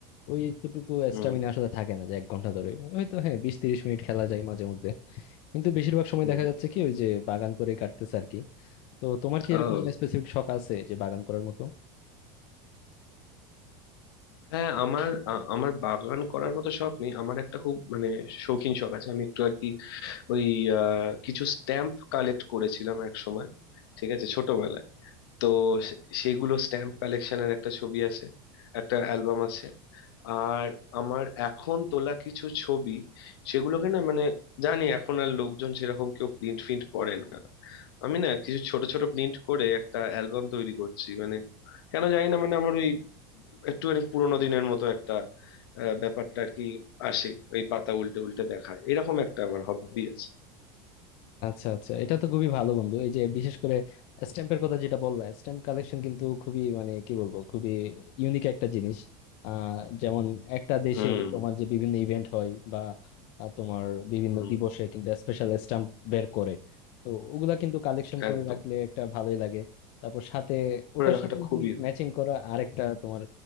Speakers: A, on the left; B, on the left.
A: ওই এতটুকু
B: হুম
A: স্ট্যামিনা আসলে থাকে না যে এক ঘন্টা ধরে হয়তো হ্যাঁ বিশ তিরিশ মিনিট খেলা যায় মাঝে মধ্যে কিন্তু বেশিরভাগ সময়
B: হুম
A: দেখা যাচ্ছে কি ওই যে বাগান করেই কাটতেছে আর কি তো তোমার কি
B: ও
A: এরকম কোনো স্পেসিফিক শখ আছে যে বাগান করার মতো
B: হ্যাঁ আমার আ- আমার বাগান করার মতো শখ নেই আমার একটা খুব মানে শৌখিন শখ আছে আমি একটু আর কি ওই আহ, কিছু স্ট্যাম্প কালেক্ট করেছিলাম এক সময় ঠিক আছে ছোটবেলায় তো সে- সেগুলো স্ট্যাম্প কালেকশনের একটা ছবি আছে একটা অ্যালবাম আছে আর আমার এখন তোলা কিছু ছবি সেগুলোকে না মানে জানি এখন আর লোকজন সেরকম কেউ প্রিন্ট ফিন্ট করে না আমি না কিছু ছোট ছোট প্রিন্ট করে একটা অ্যালবাম তৈরি করছি মানে কেন জানি না মানে আমার ওই একটুখানি পুরোনো দিনের মতো একটা আহ, ব্যাপারটা আর কি আসে ওই পাতা উল্টে উল্টে দেখা এরকম একটা আমার হবি আছে
A: আচ্ছা আচ্ছা এটা তো খুবই ভালো বন্ধু এই যে বিশেষ করে স্ট্যাম্পের কথা যেটা বললা স্ট্যাম্প কালেকশন কিন্তু খুবই মানে কি বলবো খুবই ইউনিক একটা জিনিস আহ যেমন একটা দেশের
B: হুম
A: তোমার যে বিভিন্ন ইভেন্ট হয় বা আহ, তোমার বিভিন্ন
B: হুম
A: দিবসে কিন্তু স্পেশাল স্ট্যাম্প বের করে তো ওগুলা কিন্তু কালেকশন করে
B: একদম
A: রাখলে একটা ভালোই লাগে তারপর সাথে
B: করে
A: ওটার
B: রাখাটা
A: সাথে
B: খুবই
A: তুমি ম্যাচিং করা আরেকটা তোমার